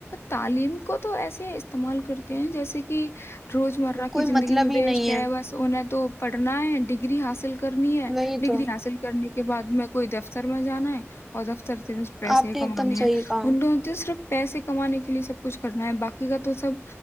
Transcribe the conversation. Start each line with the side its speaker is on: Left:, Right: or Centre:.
Left: تعلیم کو تو ایسے اس استعمال کرتے ہیں جیسے کہ روز مرہ کی
Centre: کوئی
Left: زندگی
Centre: مطلب
Left: میں
Centre: ہی
Left: بیسٹ
Centre: نہیں
Left: ہے بس نہ تو پڑھنا ہے ڈگری حاصل کر کرنی ہے
Centre: وہی
Left: ڈگری
Centre: تو
Left: حاصل کرنے کے بعد میں کوئی دفتر سر میںا جانا ہے اور دفتر کے پیسے
Centre: آپ نے
Left: کمانے
Centre: ایک دم
Left: ہیں
Centre: صحیح کہا
Left: ان کو تو صرف پیسے کمانے کے لیے سب کچھ کرنا ہے باقی کا تو سب